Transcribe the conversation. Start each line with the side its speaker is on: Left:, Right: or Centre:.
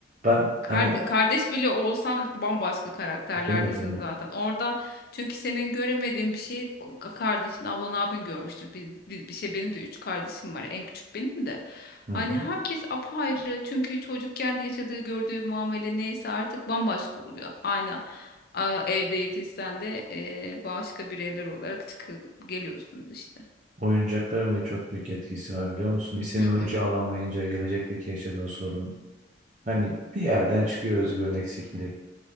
Right: Ben
Left: Karde-
Right: hani o
Left: Kardeş bile olsan bambaşka karakterlerdesiniz
Right: değil mi değil mi?
Left: zaten. Orada çünkü senin göremediğin bir şey ka- kardeşin, ablan, abin görmüştür. biz bir, bir şey benim de üç kardeşim var. En küçük benim de.
Right: Hı
Left: Hani
Right: hı.
Left: herkes apayrı. Çünkü çocukken yaşadığı, gördüğü muamele neyse artık bambaşka oluyor. Aynı a, evde yetişsen de e, başka bireyler olarak çıkıp geliyorsunuz işte.
Right: Oyuncaklara bile çok büyük etkisi var biliyor musun? İstediğin
Left: Hı hı.
Right: oyuncağı alamayınca gelecekteki yaşadığın sorun. Hani bir yerden çıkıyor özgüven eksikliği.